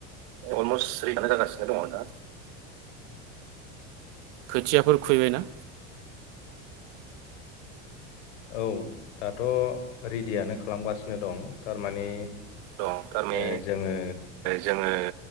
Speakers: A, on the right (about 65°); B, on the left (about 90°).
A: अलमस रेदियानो जागासिनो दंङ दा खोथियाफोर खुबैबायना?
B: औ दाथ' रेडियानो खालामगासिनो दं थारमाने
A: दं थारमाने
B: ओ जोंङो
A: जोङो